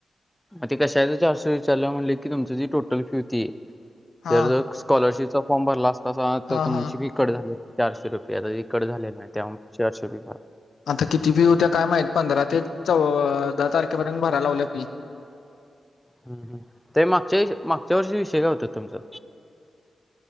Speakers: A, in the centre; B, on the left.
A: ते कशांच चारशे विचारलां म्हणले की तुमचं जी टोटलं फी होती आहे
B: हा
A: तरं काॅलरशिपचां फॉर्म भरलां असतां तसं आतां
B: हा
A: तुंमची
B: हा
A: बिकटं झाली चारशे रुपये आतां बिकटं झाले नाहीं आहे त्यां चारशे रुपये
B: आतां किती फी होत्यां कायं माहीत पंधरा ते चौदा तांरखेपर्यंत भरायं लावल्यां फी
A: हं ते मागच्यां मागच्यां वर्षी विषयं कायं होतं तुमचं